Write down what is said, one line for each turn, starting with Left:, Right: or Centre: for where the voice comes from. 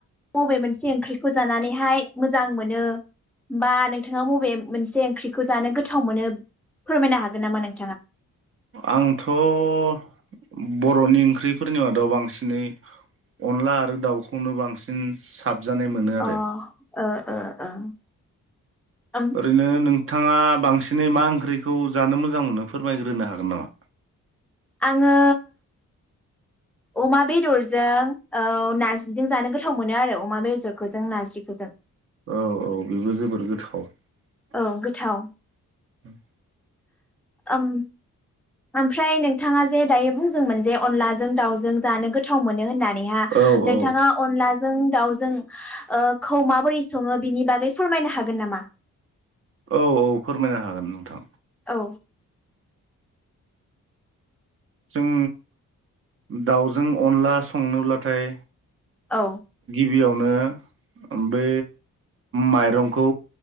Centre: बबे मोनसे। <unintelligible> ओंख्रिखौ जानानैहाय मोजां मोनो बा नोंथाङा बबे मोनसे ओंख्रिखौ जानो गोथाव मोनो फोरमायनो हागोन नामा नों।
Right: आंथ' <unintelligible> बर'नि ओंख्रिफोरनि मादाव बांसिनै अनला आरो दाउखौनो बांसिन। हाबजानाय मोनो आरो।
Centre: अ ओ ओ ओ। ओम
Right: ओरैनो नोंथाङा बांसिन। <unintelligible> मा ओंख्रिखौ जानो मोजां मोनो फोरमायग्रोनो हागोन नामा।
Centre: आङो अमा बेदरजों औ नारजिजों जानो गोथाव मोनो आरो अमा बेजरखौजों नारजिखौ जों।
Right: औ औ बेबो जोबोर गोथाव। <unintelligible>
Centre: औ गोथाव
Right: <inaudible>
Centre: ओम ओमफ्राय नोंथाङा जे दायो बुंदोंमोन जे अनलाजों दाउजों जानो गोथाव मोनो होननानै। नेहा
Right: औ
Centre: नोंथाङा
Right: औ
Centre: अनलाजों। दाउ जों खौ माबोरै सङो बिनि बागै फोरमायनो हागोन नामा?
Right: औ औ फोरमायनो हागोन नोंथां।
Centre: औ।
Right: जों दाउजों अनला संनोब्लाथाय।
Centre: औ।
Right: बेयावनो बे माइरंखौ